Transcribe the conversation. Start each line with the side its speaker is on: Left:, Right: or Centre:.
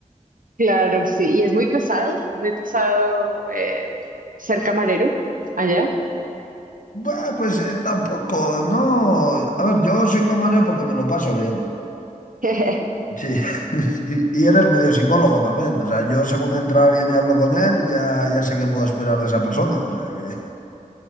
Right: Claro, sí. ¿Y es muy pesado? Es muy pesado eh, ser camarero allá.
Left: Bah, pues eh, tampoco, no. A ver, yo soy camarero porque me lo paso bien.
Right: <laughs>
Left: Sí. <laughs> Y, y eres medio psicólogo también. O sea, yo según entra alguien y hablo con él, ya, ya sé qué puedo esperar de esa persona. O sea que. <laughs>